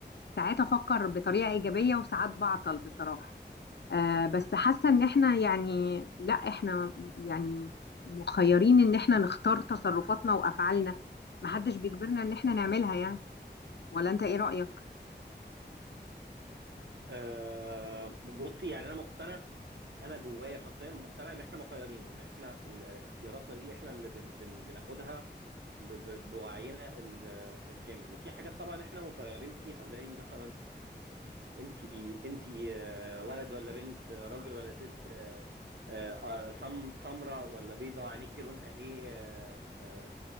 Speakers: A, on the left; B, on the right.
A: ساعات افكر بطريقة ايجابية وساعات بعطل بصراحة آه، بس حاسة ان احنا يعني لا احنا يعني مخيرين ان احنا نختار تصرفاتنا وافعالنا محدش بيجبرنا ان احنا نعملها يعني ولا انت ايه رأيك؟
B: آه، بصي يعني أنا مقتنع انا جوايا شخصيا مقتنع ان احنا مخيرين وان احنا ال- اختياراتنا دي احنا اللي بن بن بناخدها ب- ب- بوعينا ال- الكامل وفي حاجات طبعا احنا مسيرين فيها زي مثلا انت انت آه، ولد ولا بنت آه، راجل ولا ست آه، آه، آه، سم- سمراء ولا بيضاء عينيكي لونها ايه آه، آه،